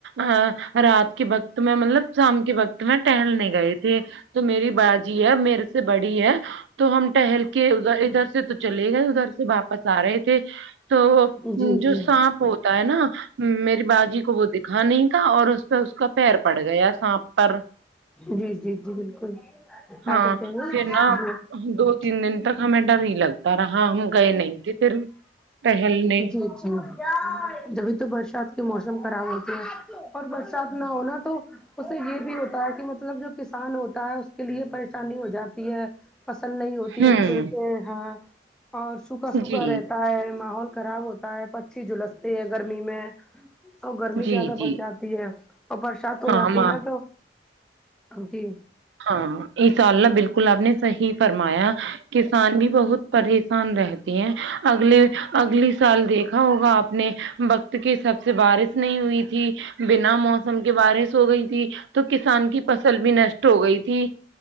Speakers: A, on the right (about 80°); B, in the centre.
A: ا رات کے وقت میں مطلب شام کے وقت میں ٹہلنے گئے تھے تو میری باجی ہے میرے سے بڑی ہے تو ہم ٹہل کے ادھر ادھر سے تو چلے گئے ادھر سے واپس ارہے تھے تو وہ
B: جی
A: جو
B: جی
A: سانپ ہوتا ہے نا میری باجی کو وہ د یکھا نہیں تھا اور اس پہ اس کا پیر پڑ گیا سانپ پر
B: جی جی جی بالکل کیا
A: ہاں
B: کہتے ہے نا
A: پھر
B: ج
A: دو تین دن تک ہمیں ڈر نہیں لگتا رہا ہم گئے نہیں تھے پھر ٹہلنے
B: جب بھی تو برسات کے موسم خراب ہوتا اور برسات نہ ہونا تو اس سے یہ بھی ہوتا ہے کہ مطلب جو کسان ہوتا ہے اس کے لیے پریشانی ہو جاتی ہے پسند نہیں ہوتی
A: ہوں
B: اچھے سے ہاں اور سوکھا سوکھا
A: جی
B: رہتا ہے ماحول خراب ہو پچی جلستے ہے گرمی میں اور گرمی
A: جی
B: زیادہ
A: جی
B: بڑھ جاتی ہے اور سات ہو
A: ہاں
B: جاتی
A: ہم
B: ہے نا تو جی
A: ہاں یہ انسا ء اللہ بالکل آپ نے صحیح فرمایا کسان بھی بہت پریشان رہ تی ہیں اگلے اگلی سال دیکھا ہوگا آپ نے وقت کے حساب سے بارش نہیں ہوئی تھی بنا موسم کے بارش ہو گئی تھی تو کسان کی فصل بھی نشٹ ہو گئی تھی